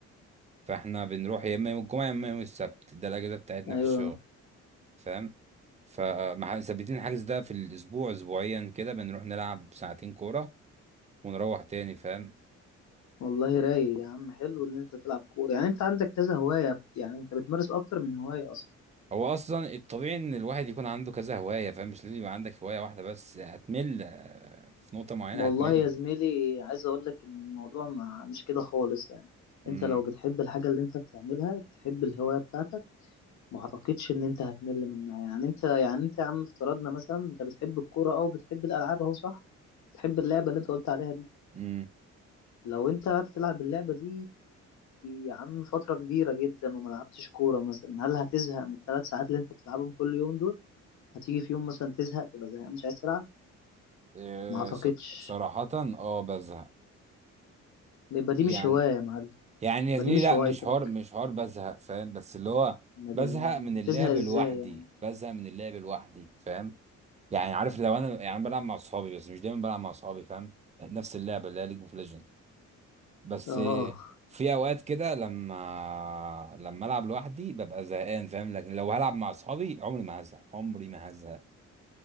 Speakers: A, on the right; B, on the left.
A: فاحنا بنروح يا اما يوم الجمعه يا اما يوم السبت ده الاجازه بتاعتنا
B: ايوه
A: في الشغل فاهم فمثبتين الحجز ده في الاسبوع اسبوعيا كده بنروح نلعب ساعتين كوره ونروح تاني فاهم
B: والله رايق يا عم حلو ان انت تلعب كورة يعني انت عندك كذا هواية يعني انت بتمارس اكتر من هواية اصلا
A: هو اصلا الطبيعي ان الواحد يكون عنده كذا هوايه فاهم مش لازم يبقى عندك هوايه واحده بس هتمل آه، في نقطه معينه
B: والله
A: هتمل
B: يا زميلي عايز اقول لك ان الموضوع ما مش كده خالص يعني
A: امم
B: انت لو بتحب الحاجة اللي انت بتعملها بتحب الهواية بتاعتك ما اعتقدش ان انت هتمل منها يعني انت يعني انت يا عم افترضنا مثلا انت بتحب الكورة او بتحب الالعاب اهو صح بتحب اللعبة اللي انت قلت عليها دي
A: امم
B: لو انت هتلعب اللعبة دي يا عم فترة كبيرة جدا وما لعبتش كورة مثلا هل هتزهق من الثلاث ساعات اللي انت بتلعبهم كل يوم دول هتيجي في يوم مثلا تزهق تبقى زهقان مش عايز تلعب
A: إيه،
B: ما اعتقدش
A: ص- صراحة اه بزهق
B: يبقى دي
A: يعني
B: مش هواية يا معلم
A: يعني يا
B: يبقى
A: زميلي
B: دي مش
A: لا
B: هوايتك
A: مش حوار مش حوار بزهق فاهم بس اللي هو
B: ما دي-
A: بزهق من اللعب
B: تزهق ازاي
A: لوحدي
B: يعني
A: بزهق من اللعب لوحدي فاهم يعني عارف لو انا يعني أنا بلعب مع اصحابي بس مش دايما بلعب مع اصحابي فاهم نفس اللعبة اللي هي ليج اوف ليجند بس
B: اه
A: إيه، في اوقات كده لما لما العب لوحدي ببقى زهقان فاهم لكن لو هلعب مع اصحابي عمري ما هزهق عمري ما هزهق